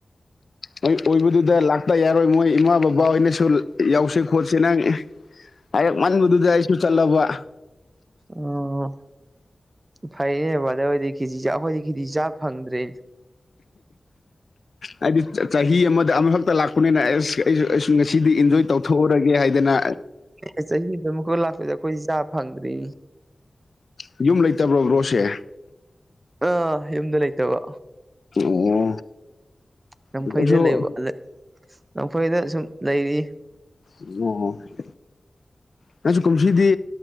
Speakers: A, on the left (about 65°); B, on the right (about 30°).
A: ꯃꯣꯏ ꯑꯣꯏꯕꯗꯨꯗ ꯂꯥꯛꯇ ꯌꯥꯔꯣꯏ ꯃꯣꯏ ꯏꯃꯥ ꯕꯕꯥ ꯍꯣꯏꯅꯁꯨ ꯌꯥꯎꯁꯤ ꯈꯣꯠꯁꯤ ꯅꯪ ꯍꯦꯛ ꯃꯟꯕꯗꯨ ꯑꯩꯁꯨ ꯆꯠꯂꯕ
B: ꯑꯣ ꯐꯩꯌꯦ ꯕꯗꯗꯤ ꯀꯦꯖꯤ ꯑꯩꯈꯣꯏꯗꯤ ꯀꯦꯖꯤ ꯆꯥ ꯐꯪꯗ꯭ꯔꯦ
A: ꯍꯥꯏꯗꯤ ꯆꯍꯤ ꯑꯃꯗ ꯑꯃꯈꯛꯇ ꯂꯥꯛꯄꯅꯤꯅ ꯑꯦꯁ ꯑꯩꯁꯨ ꯑꯩꯁꯨ ꯉꯁꯤꯗꯤ ꯏꯟꯖꯣꯏ ꯇꯧꯊꯣꯛꯎꯔꯒꯦ ꯍꯥꯏꯗꯅ
B: ꯑꯦ ꯆꯍꯤꯗ ꯑꯃꯨꯛ ꯂꯥꯛꯄ ꯑꯩꯈꯣꯏꯁꯤ ꯆꯥ ꯐꯪꯗ꯭ꯔꯤ
A: ꯌꯨꯝ ꯂꯩꯇꯕ꯭ꯔꯣꯕ꯭ꯔꯣꯁꯦ
B: ꯑꯥ ꯌꯨꯝꯗ ꯂꯩꯇꯕ
A: ꯑꯣ
B: ꯂꯝꯝꯐꯩꯗ
A: ꯑꯩꯁꯨ
B: ꯂꯩꯕ ꯂꯝꯝꯐꯩꯗ ꯁꯨꯝ ꯂꯩꯔꯤ
A: ꯑꯣ ꯉꯪꯁꯨ ꯀꯨꯝꯁꯤꯗꯤ